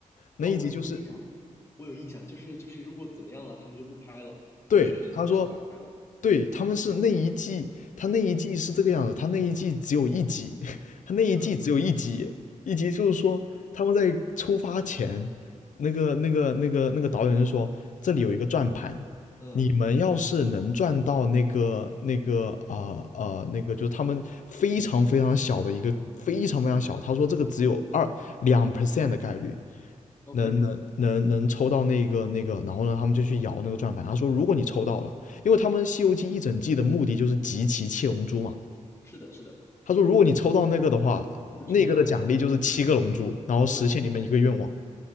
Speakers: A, on the left (about 70°); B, on the left (about 20°).
A: 那一集就是
B: 啊、我我有印象，我有印象，就是就是如果怎么样了，他们就不拍了，
A: 对他说
B: 然后确实当时就没拍了。
A: 对，他们是那一季，他那一季是这个样子，他那一季只有一集，<laughs> 他那一季只有一集，
B: 嗯
A: 一集就是说他们在出发前，那个那个那个那个导演就说这里有一个转盘，
B: 嗯嗯
A: 你们要是能转到那个那个啊啊、呃呃、那个就是他们非常非常小的一个非常非常小，他说这个只有二两 percent 的概率，
B: ，OK，
A: 能能能能抽到那个那个，然后呢，他们就去摇那个转盘。他说，如果你抽到了，因为他们《西游记》一整季的目的就是集齐七龙珠嘛。
B: 是的，是的，
A: 他说，如果你抽到那个的话，
B: 就直直接把它封住就行了。
A: 那个的奖励就是七个龙珠，然后实现你们一个愿望。
B: 对，是的，